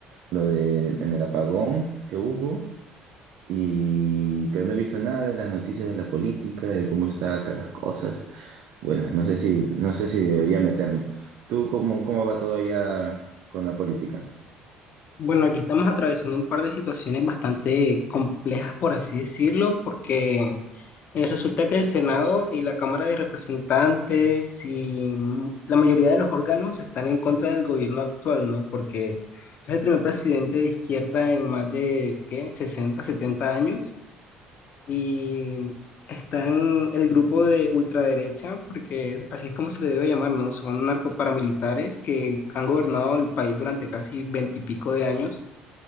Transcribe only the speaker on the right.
lo de en el apagón que hubo, y, pero no he visto nada de las noticias de la política, de cómo están acá las cosas. Bueno, no sé si, no sé si debería meterme. ¿Tú cómo, cómo va todo allá con la política?